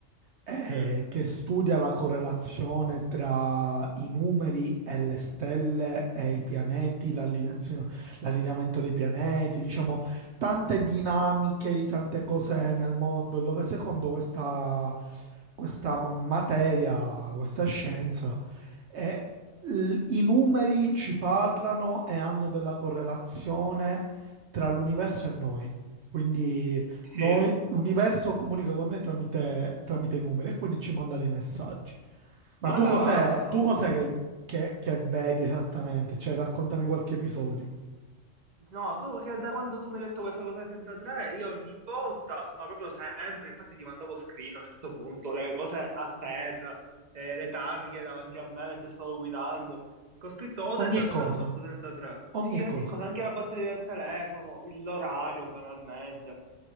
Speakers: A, on the right (about 65°); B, on the right (about 35°).
A: eh,
B: mm,
A: che studia la correlazione tra i numeri e le stelle e i pianeti, l'allineazio- l'allineamento dei pianeti, diciamo, tante dinamiche di tante cose nel mondo, dove secondo questa, questa materia, questa scienza, eh, l- i numeri ci parlano e hanno della correlazione tra l'universo e noi. Quindi noi,
B: sì.
A: l'universo comunica con noi tramite, tramite i numeri e quindi ci manda dei messaggi. Ma
B: Ma
A: tu
B: tra
A: cos'è,
B: l'altro...
A: tu cos'è che, che- che vedi esattamente? Cioè, raccontami qualche episodio.
B: No, tu che da quando tu mi hai detto questa cosa del 33, io ogni volta, ma proprio sempre, infatti ti mandavo screen a un certo punto, le cose a terra, eh, le targhe davanti a me mentre stavo guidando, che ho scritto o 33
A: Ogni cosa,
B: o 133.
A: ogni
B: Sì, ogni
A: cosa.
B: cosa, anche la batteria del telefono, il- l'orario banalmente.